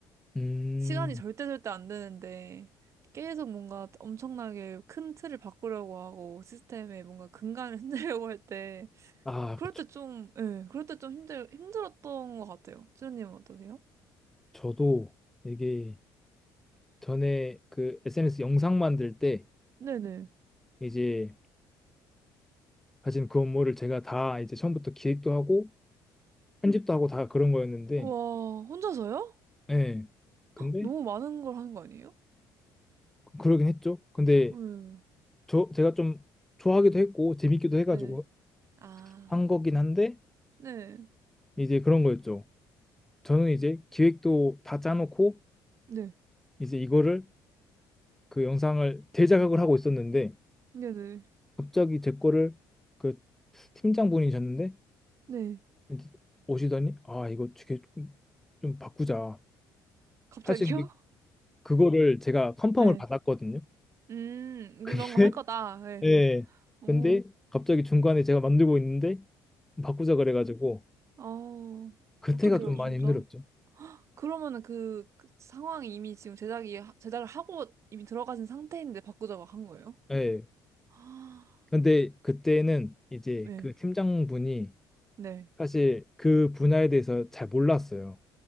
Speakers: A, in the centre; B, on the right (about 40°).
A: 음,
B: 시간이 절대 절대 안 되는데 계속 뭔가 엄청나게 큰 틀을 바꾸려고 하고 시스템에 뭔가 근간을 <laughs> 흔들려고 할 때
A: 아,
B: 그럴
A: 그쵸.
B: 때 좀, 예, 그럴 때 좀 힘들, 힘들었던 것 같아요. 지연님은 어떠세요?
A: 저도 이게 전에 그 SNS 영상 만들 때
B: 네네.
A: 이제 가진 그 업무를 제가 다 이제 처음부터 기획도 하고 편집도 하고 다 그런 거였는데,
B: 와, 혼자서요?
A: 예. 근데
B: 너무 많은 걸 하는 거 아니에요?
A: 그러긴 했죠. 근데
B: 네.
A: 저 제가 좀 좋아하기도 했고 재밌기도 해가지고
B: 네. 아,
A: 한 거긴 한데
B: 네.
A: 이제 그런 거였죠. 저는 이제 기획도 다 짜놓고
B: 네.
A: 이제 이거를 그 영상을 대작업을 하고 있었는데
B: 네네.
A: 갑자기 제 거를 그 팀장분이셨는데
B: 네.
A: 이제 오시더니 아 이거 되게 좀좀 바꾸자.
B: 갑자기요?
A: 사실 이게 그거를 제가 컨펌을
B: <laughs> 네.
A: 받았거든요.
B: 음, 이런
A: <laughs>
B: 거 할 거다. 네.
A: 예.
B: 오,
A: 근데 갑자기 중간에 제가 만들고 있는데 바꾸자 그래가지고
B: 아,
A: 그때가
B: 어떡해요,
A: 좀
B: 진짜.
A: 많이 힘들었죠.
B: 그러면은 그, 그 상황이 이미 지금 제작이, 하- 제작을 하고 이미 들어가신 상태인데 바꾸자고 한 거예요?
A: 예.
B: <gasps> 아,
A: 근데 그때는 이제
B: 네.
A: 그 팀장분이
B: 네.
A: 사실 그 분야에 대해서 잘 몰랐어요.